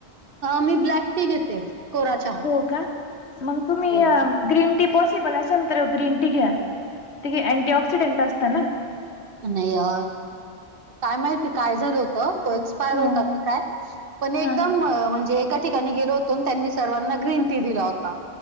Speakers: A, on the right (about 55°); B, on the left (about 75°).
A: अ मी ब्लॅक टी घेते कोरा चहा.
B: हो का? मग तुम्ही
A: हो.
B: ग्रीन टी पॉसिबल असाल तर ग्रीन टी घ्या. ति अँटी
A: हम्म.
B: ऑक्सिडेंट असतं ना
A: नाही अ काय माहिती काय झालं होत. त एक्सपायर
B: हा
A: होता की काय पण एकदम
B: हा
A: म्हणजे. ठिकाणी गेलो होतो त्यांनी सर्वांना ग्रीन टी दिला होता